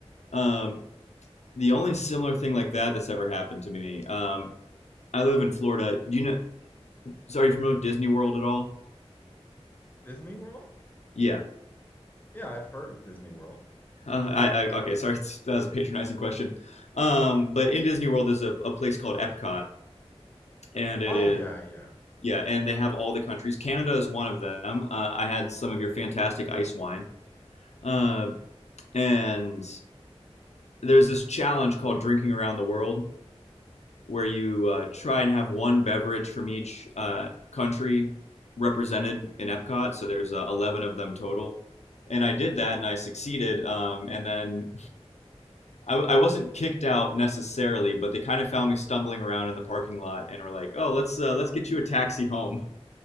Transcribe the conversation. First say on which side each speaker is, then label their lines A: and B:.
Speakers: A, on the left; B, on the left.
A: Um, the only similar thing like that that's ever happened to me. Um, I live in Florida. Do you know? So are you familiar with Disney World at all?
B: Disney World?
A: Yeah.
B: Yeah, I've heard of Disney World.
A: Uh, I, I okay. Sorry, <laughs> that was a patronizing question. Um, but in Disney World, there's a, a place called Epcot, and it
B: Oh
A: is
B: yeah, yeah.
A: Yeah, and they have all the countries. Canada is one of them. Uh, I had some of your fantastic ice wine. Uh, and there's this challenge called Drinking Around the World where you uh, try and have one beverage from each uh, country represented in Epcot. So there's uh, 11 of them total. And I did that and I succeeded. Um, and then I w- I wasn't kicked out necessarily, but they kind of found me stumbling around in the parking lot and were like, oh, let's, uh, let's get you a taxi home.